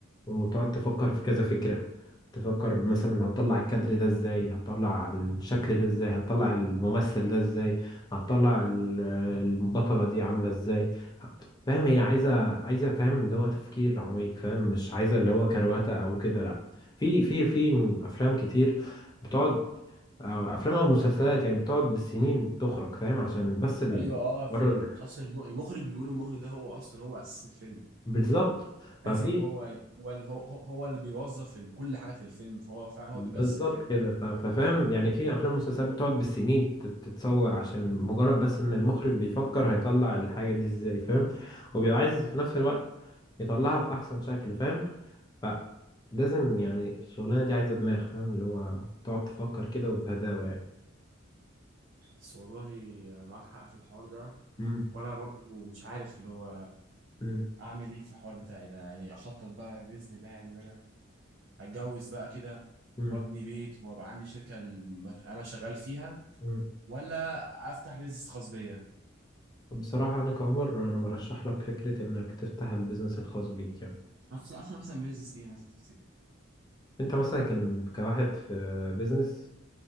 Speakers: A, on the left (about 20°); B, on the right (about 60°).
A: وتقعد تفكر في كذا فكرة تفكر مثلا هتطلع الكادر ده ازاي هتطلع الشكل ده ازاي هتطلع الممثل ده ازاي هتطلع ال- البطلة دي عاملة ازاي فاهم هي عايزة عايزة فاهم اللي هو تفكير عميق فاهم مش عايزة اللي هو كرواتة او كده لا في في في م- افلام كتير بتقعد أو افلام او مسلسلات يعني بتقعد بالسنين تخرج فاهم عشان بس المرة
B: ايوه اه في ال-
A: ده
B: اصلا الم- المخرج بيقولوا المخرج ده هو اصلا هو اساس الفيلم
A: بالظبط ففي
B: لازم هو يبقى- هو اللي هو هو هو اللي بيوظف ال- كل حاجه في الفيلم فهو فعلا هو بيبقى
A: بالظبط
B: اساس الفيلم
A: كده ف- ففاهم يعني في افلام ومسلسلات بتقعد بالسنين تت- تتصور عشان مجرد بس ان المخرج بيفكر هيطلع الحاجه دي ازاي فاهم وبيبقى عايز في نفس الوقت يطلعها في احسن شكل فاهم فلازم يعني الشغلانه دي عايزه دماغ فاهم اللي هو تقعد تفكر كده وبهداوه يعني
B: بس والله معاك حق في الحوار ده
A: مم.
B: وانا برضو مش عارف اللي هو
A: مم.
B: اعمل ايه في الحوار بتاعي ده يعني اخطط بقى باذن الله يعني ان انا اتجوز بقى كده
A: مم.
B: وابني بيت وابقى عندي شركه الم- انا شغال فيها
A: مم.
B: ولا افتح بيزنس خاص بيا
A: بصراحه انا كعمر انا برشح لك فكره انك تفتح البيزنس الخاص بيك يعني
B: افتح افتح مثلا بيزنس ايه مثلا تفتكر
A: انت مثلا كان كواحد في بيزنس